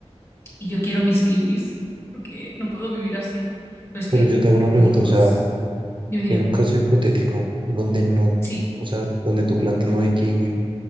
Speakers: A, on the left; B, on the right.
A: y yo quiero mis kiwis, porque no puedo vivir así. Pero es que,
B: Pero yo te
A: uf,
B: hago una
A: qué
B: pregunta,
A: ricos.
B: o sea,
A: Dime, dime.
B: en un caso hipotético donde no,
A: Sí,
B: o sea, donde tu planta no de kiwi,